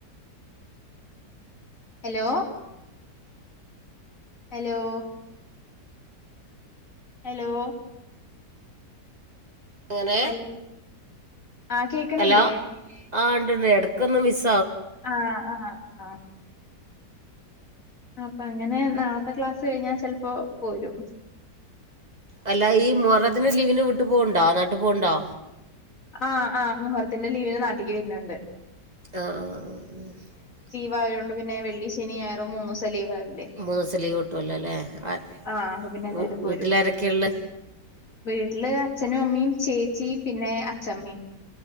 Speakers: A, on the left; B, on the right.
A: അലോ അലോ ഹലോ
B: എങ്ങനെ
A: ഹലോ ആ കേക്ക്ണില്ലേ
B: ഹലോ ആ ണ്ട് ണ്ട് എടക്കൊന്ന് മിസ്
A: ആ ആ ആ അപ്പങ്ങനെ നാളത്തെ ക്ലാസ്സ് കഴിഞ്ഞാ ചെൽപ്പോ പോരും
B: അല്ല ഈ മുഹറത്തിന്റെ ലീവിന് വീട്ട് പോവ്ണ്ടോ നാട്ട് പൊവ്ണ്ടോ
A: ആ ആ മുഹറത്തിന്റെ ലീവിന് നാട്ടിക്ക് വര്ന്ന്ണ്ട്
B: ആ ആ ആ
A: വയൊണ്ട് പിന്നെ വെള്ളി, ശനി, ഞായർ മൂനൂസംലീവായി
B: മൂന്നൂസം ലീവ് കിട്ടോ ല്ലോല്ലേ അ
A: ആ അപ്പൊ പിന്നെ എല്ലാരും
B: വ് വീട്ടിലാരെക്കെ
A: പോരും
B: ള്ളെ
A: വീട്ടില് അച്ഛനും അമ്മിം ചേച്ചിം പിന്നെ അ ചമ്മിം